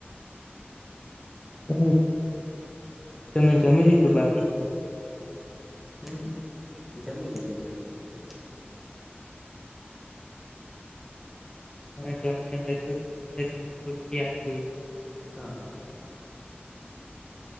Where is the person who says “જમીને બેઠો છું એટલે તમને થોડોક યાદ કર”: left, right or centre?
Left